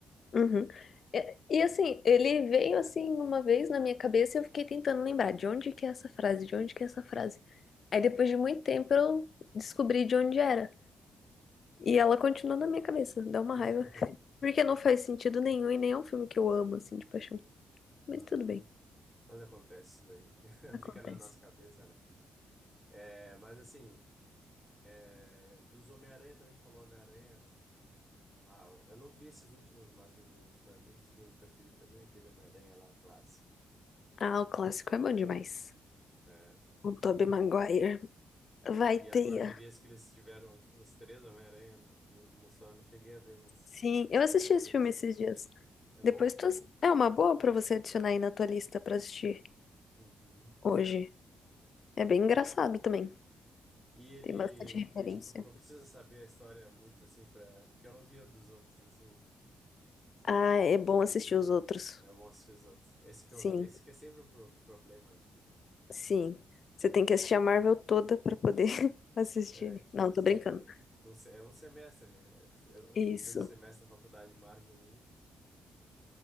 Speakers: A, on the left; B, in the centre.
A: Uhum. E, e, assim, ele veio assim uma vez na minha cabeça e eu fiquei tentando lembrar de onde que é essa frase, de onde que é essa frase. Aí depois de muito tempo eu descobri de onde era. E
B: Uhum.
A: ela continua na minha cabeça, dá uma
B: <laughs>
A: raiva. <laughs> Porque não faz sentido nenhum e nem é um filme que eu amo, assim, de paixão. Mas
B: Aham.
A: tudo bem,
B: Mas acontece isso daí. <laughs>
A: acontece.
B: Fica na nossa cabeça, né? É, mas assim, é, dos Homem-Aranha também tu falou Homem-Aranha. Ah, eu não vi esses últimos, mas o para mim um dos filmes preferidos também é aquele Homem-Aranha lá, o clássico.
A: Ah, o clássico é bom demais.
B: É.
A: O Tobey Maguire. Vai,
B: E agora
A: teia.
B: teve esse que eles tiveram, tipo, os três Homem-Aranha no, no, no só, eu não cheguei a ver, mas
A: Sim,
B: isso
A: eu
B: que
A: assisti
B: foi interessante.
A: esse filme esses dias.
B: É
A: Depois
B: bom?
A: tu... É uma boa pra você adicionar aí na tua lista pra assistir
B: Uhum.
A: hoje. É bem engraçado também.
B: E ele,
A: Tem bastante referência.
B: tipo, tu não precisa saber a história muito assim pra. Porque eu não via dos outros, assim.
A: Ah,
B: O...
A: é bom assistir os outros.
B: É bom assistir os outros. Esse que,
A: Sim,
B: é o- esse que é sempre o pro- problema, né?
A: sim. Você tem que assistir a Marvel toda pra poder <laughs> assistir.
B: É, tipo
A: Não,
B: assim,
A: tô brincando.
B: pra... um se- é um semestre, né? Eu, eu
A: Isso.
B: fiz o semestre da faculdade Marvel 1